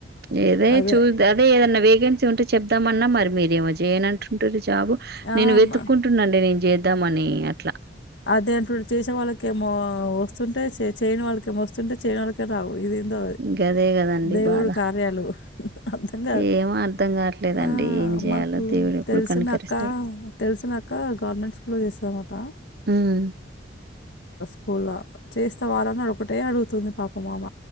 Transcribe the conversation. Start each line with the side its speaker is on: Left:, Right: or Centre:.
Right: గిదే
Left: అదే
Right: చూద అదే ఏదన్నా వేకెన్సీ ఉంటే చెప్ స్తామన్నా మరి మీరేమో చేయనంటుంటిరి జాబు.
Left: ఆ
Right: నేను
Left: అన్న
Right: వెతుక్కుంటున్న అండి నేను చే ద్దామనీ అట్లా.
Left: అదే అంటుర్రు చేసే వాళ్ళకేమో వస్ స్తుంటయ్, చె చెయ్యని వాళ్ళకేమో తుంటె చేయనోలకే రావు ఇదేం దో
Right: గదే కదండి
Left: దేవుడు
Right: బాధ
Left: కార్యాలు అర్థం కాదు.
Right: ఏమో అర్ధం కావట్లేదండి
Left: ఆ
Right: ఏం చేయాలో
Left: మాకు
Right: దేవుడు ఎప్పుడు
Left: తెలిసిన
Right: కనికరిస్తాడు
Left: అక్క తెలిసిన అక్క గవర్నమెంట్ స్కూల్లో చేస్తది అనమాట.
Right: హ్మ్
Left: స్కూళ్ళ చేస్తవారని ఒక్కటే అడుగుతుంది పాపం ఆమ